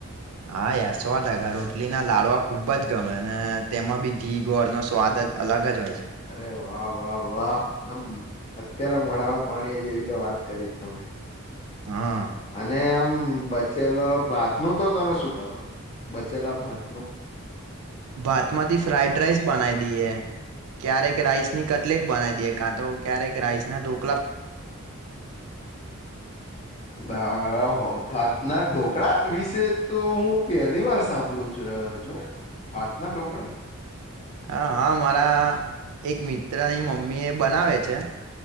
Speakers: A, on the right; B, on the left.
A: હા યાર સો ટકા રોટલી ના લાડવા ખુબ જ ગમે ને તેમાં બી ઘી ગોર નો સ્વાદ દ અલગ જ હોય. છે
B: અરે વાહ વાહ વાહ આમ અ ત્યારે મોડામાં પાણી જેવી તો વાત કરી તમે.
A: હા
B: અને આમ હમ્મ બચેલા ભાતનું તો તમે શું કરો, બચેલા ભાતનું?
A: ભાતમાંથી ફ્રાઇડ રાઇસ બનાઈ દઈએ. ક્યારેક રાઈસની કટલેટ બનાવી દઈએ કાં તો ક્યારેક રાઈસ ના ડો
B: બળ ભત ના ઢોકળા વિશે તો હું પહેલી વાર સાંભળું જ રહ્યો છું ભત ના ઢોકળ
A: હા હા મારા એક મિત્રની મમ્મી એ બનાવે છે